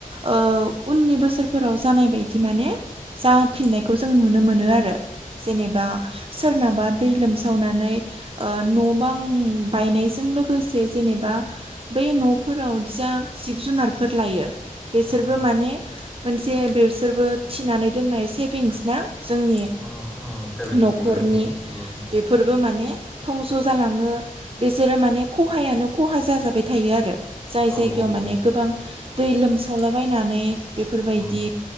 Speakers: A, on the right; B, in the centre.
A: ओ। उननि बोसोरफोराव जानाय बायदि माने जाफिननायखौ जों नुनो मोन मोनो आरो जेनेबा सोरनाबा दै लोमसावनानै। ओ न' बां बायनायजों लोगोसे जेनेबा बै न'फोराव जिब जुनारफोर लायो। बेसोरबो
B: उम
A: माने मोनसे बिसोरबो थिनानै दोननाय सेभिंस ना। जोंनि
B: उम उम सेभिंस
A: न'खरनि
B: बेबो जोंनि उम
A: बेफोरबो माने। थंस' जालाङो बिसोरो माने खहायानो खहा जाजाबाय थायो आरो। जाय
B: औ
A: जायगायाव
B: औ
A: माने गोबां दै लोमसावलाबायनानै बेफोरबायदि।
B: उम